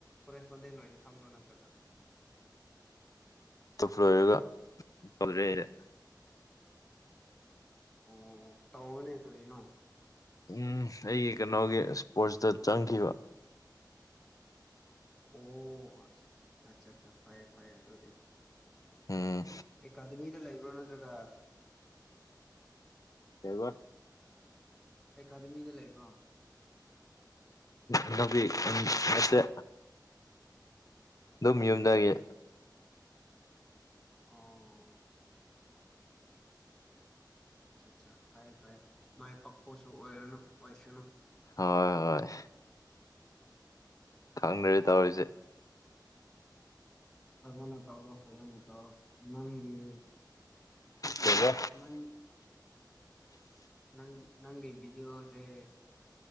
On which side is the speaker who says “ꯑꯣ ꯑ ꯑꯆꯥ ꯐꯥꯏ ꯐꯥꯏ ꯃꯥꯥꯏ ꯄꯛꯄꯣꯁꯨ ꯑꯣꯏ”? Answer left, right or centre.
Centre